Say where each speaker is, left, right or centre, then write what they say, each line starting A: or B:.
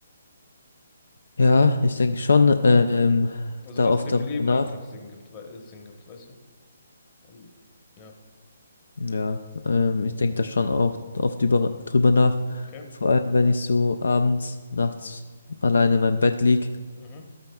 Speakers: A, on the left (about 75°); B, on the left (about 30°).
A: Ja, ich denke schon, ähm,
B: Also
A: da
B: was
A: oft
B: dem
A: darüber
B: Leben
A: nach.
B: einfach Sinn gibt, wei- äh, Sinn gibt, weißt du? Und ja,
A: Ja, ähm, ich denke da schon auch oft über, drüber nach.
B: okay.
A: Vor allem, wenn ich so abends, nachts alleine in meinem Bett lieg,
B: Mhm.